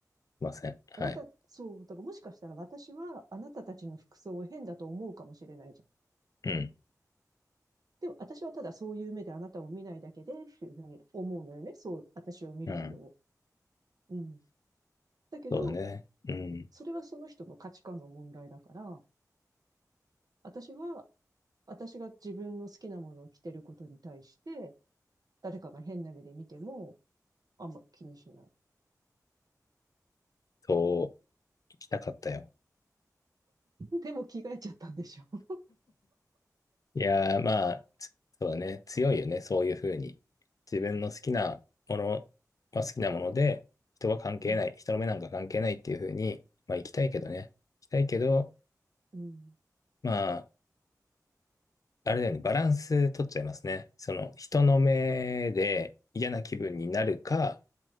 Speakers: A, on the left; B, on the right.
A: いません。はい。
B: あなた、そう、だからもしかしたら私はあなたたちの服装を変だと思うかもしれないじゃん。
A: うん、
B: でも私はただそういう目であなたを見ないだけでっていうふうに思うのよね。そう、私を見る人を。
A: うん。
B: うん。だけど、
A: そうだね。うん。
B: それはその人の価値観の問題だから、私は、私が自分の好きなものを着てることに対して、誰かが変な目で見ても、あんま気にしない。
A: そう、行きたかったよ。
B: でも着替えちゃったんでしょ。
A: いやー、まあ、つそうだね。強いよね。そういうふうに。自分の好きなものは好きなもので、人は関係ない。
B: <laughs> うん。
A: 人の目なんか関係ないっていうふうに、まあ、行きたいけどね。行きたいけど、
B: うん。
A: まあ、あれだよね。バランス取っちゃいますね。その、人の目で嫌な気分になるか、